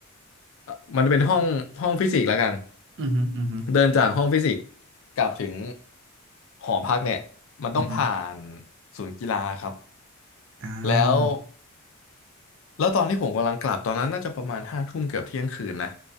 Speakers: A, on the left; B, on the right.
A: เอ่อมันเป็นห้องห้องฟิสิกส์แล้วกัน
B: อือฮึอือฮึ
A: เดินจากห้องฟิสิกส์กลับถึงหอพักเนี่ยมันต้องผ่าน
B: อือฮึ
A: ศูนย์กีฬาครับ
B: อ่า
A: แล้วแล้วตอนที่ผมกำลังกลับตอนนั้นน่าจะประมาณห้าทุ่มเกือบเที่ยงคืนนะ